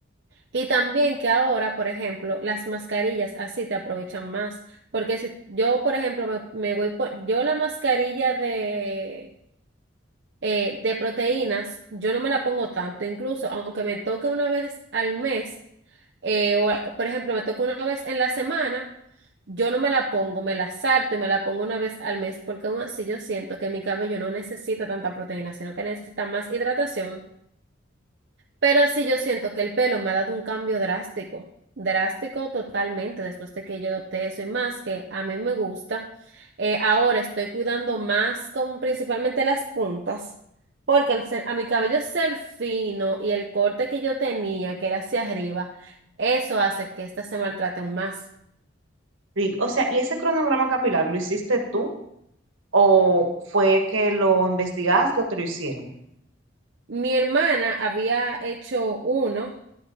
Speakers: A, on the right; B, on the right.
A: Y también que ahora, por ejemplo, las mascarillas así te aprovechan más. Porque si yo, por ejemplo, me, me voy por, yo la mascarilla de, eh, de proteínas, yo no me la pongo tanto. Incluso, aunque me toque una vez al mes, eh, o a- por ejemplo, me toque una vez en la semana, yo no me la pongo, me la salto y me la pongo una vez al mes, porque aún así yo siento que mi cabello no necesita tanta proteína, sino que necesita más hidratación Pero sí yo siento que el pelo me ha dado un cambio drástico, drástico totalmente después de que yo adopté eso y más que a mí me gusta. eh, ahora estoy cuidando más con principalmente las puntas, porque al ser- a mi cabello ser fino y el corte que yo tenía, que era hacia arriba, eso hace que estas se maltraten más.
B: Sí, o sea, ¿y ese cronograma capilar lo hiciste tú o fue que lo investigaste o te lo hicieron?
A: Mi hermana había hecho uno.